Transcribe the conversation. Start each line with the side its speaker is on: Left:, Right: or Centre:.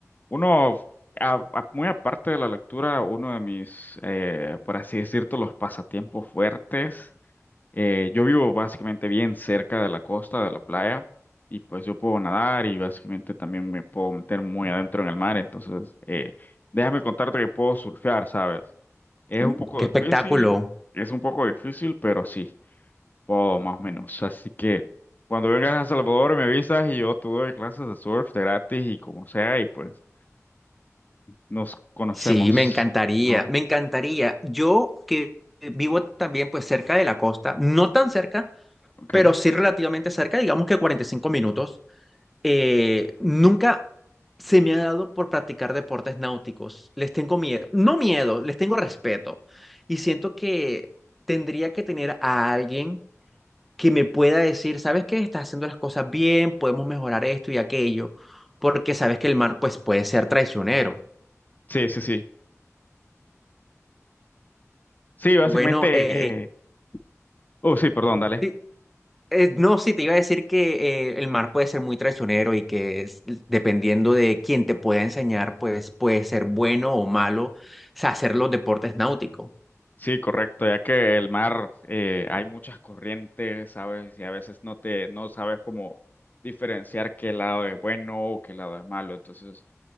Left: Uno, a- a- muy aparte de la lectura, uno de mis, eh, por así decirlo, los pasatiempos fuertes, eh, yo vivo básicamente bien cerca de la costa, de la playa, y pues yo puedo nadar y básicamente también me puedo meter muy adentro en el mar, entonces eh, déjame contarte que puedo surfear, ¿sabes? Es
Centre: Mm.
Left: un poco
Centre: ¡Qué
Left: difícil,
Centre: espectáculo!
Left: es un poco difícil, pero sí, puedo más o menos, así que... Cuando vengas a El Salvador me avisas y yo te doy clases de surf de gratis y como sea y pues nos conocemos
Centre: Sí, me encantaría,
Left: Mm, mejor.
Centre: me encantaría. Yo que vivo también pues cerca de la costa, no tan cerca,
Left: Ok.
Centre: pero sí relativamente cerca, digamos que 45 minutos, eh, nunca se me ha dado por practicar deportes náuticos. Les tengo miedo, no miedo, les tengo respeto. Y siento que tendría que tener a alguien que me pueda decir, ¿sabes qué? Estás haciendo las cosas bien, podemos mejorar esto y aquello, porque sabes que el mar pues puede ser traicionero.
Left: Sí, sí, sí. Sí, básicamente.
Centre: Bueno, eh,
Left: eh, Oh, sí, perdón, dale.
Centre: sí, eh, no, sí, te iba a decir que eh, el mar puede ser muy traicionero y que es- dependiendo de quién te pueda enseñar, pues puede ser bueno o malo o sea, hacer los deportes náuticos.
Left: Sí, correcto, ya que el mar eh, hay muchas corrientes, ¿sabes? Y a veces no te, no sabes cómo diferenciar qué lado es bueno o qué lado es malo. Entonces,